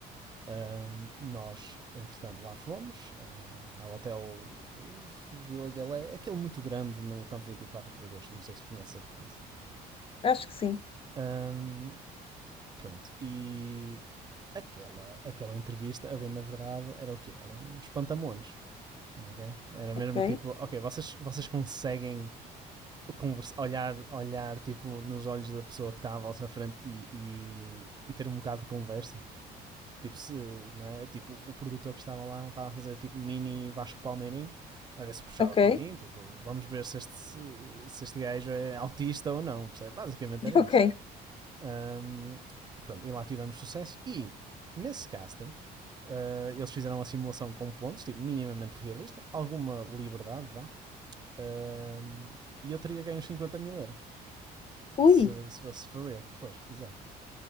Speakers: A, on the right; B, on the left.
A: Ahm, nós, entretanto, lá fomos ahm, ao hotel eh, Vila Galé, aquele muito grande no campo 24 de agosto. Não sei se conhece a referência.
B: Acho que sim.
A: Ahm, pronto, e aquela, aquela entrevista, a bem da verdade, era o quê? Era um espantamones. ok? Era
B: Ok,
A: mesmo tipo, ok, vocês, vocês conseguem conversa, olhar, olhar tipo nos olhos da pessoa que está à vossa frente e, e, e ter um bocado de conversa? Tipo, se, não é? Tipo, o produtor que estava lá estava a fazer tipo mini Vasco Palmeirinho, a ver se puxava
B: ok,
A: por mim. Tipo, vamos ver se este, se este gajo é autista ou não, percebe? Basicamente era
B: ok.
A: isso. Um, pronto, e lá tivemos sucesso. E nesse casting, uh, eles fizeram a simulação com pontos, tipo, minimamente realista, alguma liberdade, vá. Um, e eu teria ganho 50 mil euros
B: Ui.
A: se, se fosse for real. Pois, exato.